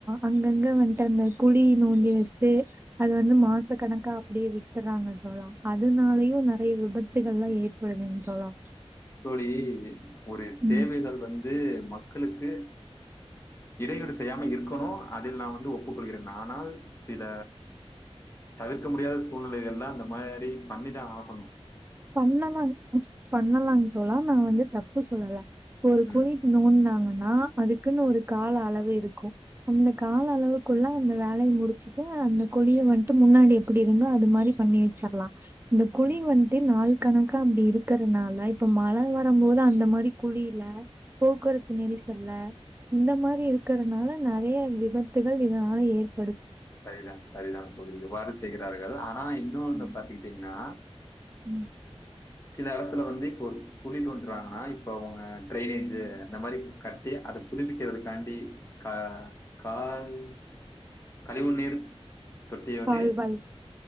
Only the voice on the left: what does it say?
தோழி ஒரு சேவைகள்
வந்து மக்களுக்கு இடையூறு செய்யாம இருக்கணு அதில் நா வந்து ஒப்புக்கொள்கிறேன் ஆனால் சில தவிர்க்க முடியாத சூழ்நிலைகள் எல்லா அந்த மாரி பண்ணிதா ஆகணு
ம்.
ம்.
சரிதா சரிதா தோழி இதுவாறு செய்கிறார்கள் ஆனா இன்னொனு
பாத்துகிட்டிங்னா
சில எடத்துல வந்து இப்ப ஒரு குழி தோண்டுறாங்கனா இப்ப அவங்க டிரைனேஜு அந்த மாரி கட்டி அத புதுப்பிக்கிறதுக்காண்டி க கால் கழிவு நீர் தொட்டிய வந்து